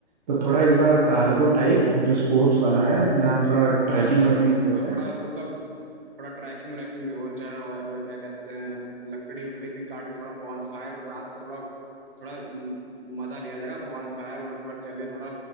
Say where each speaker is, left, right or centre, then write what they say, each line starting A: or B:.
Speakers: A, on the right; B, on the right.
A: तो थोड़ा इस बार कार्गो टाइप जो स्पोर्ट्स वाला है जहाँ थोड़ा ट्रैकिंग
B: हाँ हाँ
A: व्रैकिंग
B: हाँ
A: भी
B: इस
A: हो
B: बार
A: जाए
B: थोड़ा मतलब थोड़ा ट्रैकिंग व्रैकिंग भी हो जाए और क्या कहते हैं लकड़ी उकड़ी भी काट के थोड़ा बॉनफायर रात का थोड़ा थोड़ा म- मजा लिया जाएगा बॉनफायर वॉनफायर जले थोड़ा